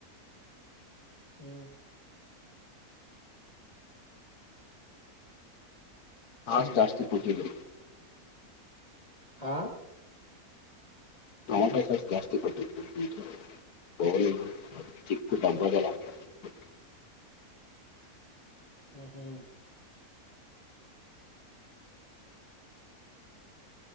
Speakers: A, on the left (about 25°); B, on the left (about 80°).
A: ಹ್ಮ ನೋಡಮ್
B: ಹಾಸ್ ಜಾಸ್ತಿ
A: ನಾಳೆ ನೋಡಮ್
B: ಕೂಟ್ಟಿದ್ರಿ
A: ಹಾ
B: ಟಮೋಟೋ ಸಾಸ್ ಜಾಸ್ತಿ ಕೊಟ್ಟಿದ್ರಿ ಪಿಜ್ಜಾ <unintelligible> ಚಿಕ್ಕ್ ಡಬ್ಬದಲ್ಲಾಕ್ ಕಳ್ಸ್ಬಿಡು
A: ಹ್ಮ ಹ್ಮ್